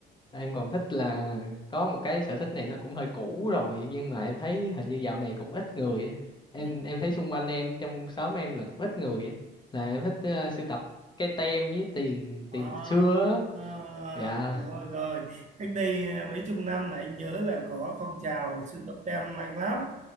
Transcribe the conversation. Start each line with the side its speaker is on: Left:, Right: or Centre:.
Left: em còn thích là có một cái sở thích này nó cũng hơi cũ rồi nhưng mà em thấy hình như dạo này cũng ít người á. em
Right: Ừ.
Left: em thấy xung quanh em trong xóm em là cũng ít người á. là em thích ờ, sưu tập cái tem với tiền tiền
Right: Đó.
Left: xưa á.
Right: Ờ,
Left: dạ
Right: rồi rồi, cách đây ờ, mấy chục năm là anh nhớ là có phong trào sưu tập tem mạnh lắm